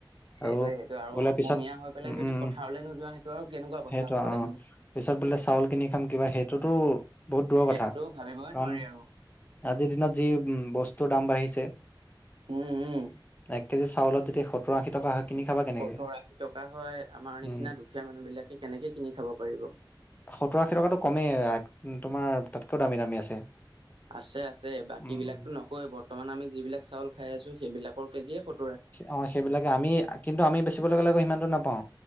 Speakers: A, on the right (about 85°); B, on the left (about 20°).
A: সেইটোৱে
B: আৰু
A: সেইটোৱে আৰু
B: বোলে
A: অসমীয়া
B: পিছত
A: হৈ পেলাই
B: উম
A: যদি
B: উম উম
A: পথাৰলৈ নোযোৱা সেইটো আৰু কেনেকুৱা কথা
B: সেইটো
A: হ'ব
B: অ
A: লাগিব।
B: পিছত বোলে চাউল কিনি খাম কিবা সেইটোতো বহুত দূৰৰ
A: সেইটোতো
B: কথা কাৰণ
A: ভাবিবই নোৱাৰি আৰু
B: আজিৰ দিনত যি উ, বস্তুৰ দাম বাঢ়িছে।
A: উম উম
B: এক কেজি চাউলত যদি সত্তৰ আশী টকা হয় কিনি খাবা কেনেকে?
A: সত্তৰ আশী টকা হয়, আমাৰ নিচিনা
B: উম।
A: দুখীয়া মানুহবিলাকে কেনেকে কিনি খাব পাৰিব।
B: সত্তৰ আশী টকাতো কমেই তোমাৰ তাতকৈও দামী দামী আছে।
A: আছে আছে, বাকী
B: উম
A: বিলাকতো
B: উম।
A: নকৱে, বৰ্তমান আমি যিবিলাক চাউল খাই আছোঁ সেইবিলাকৰ কেজিয়ে‌ সত্ত
B: অ' সেইবিলাকে, আমি কিন্তু আমি বেচিব গ'লে সিমানটো নাপাওঁ।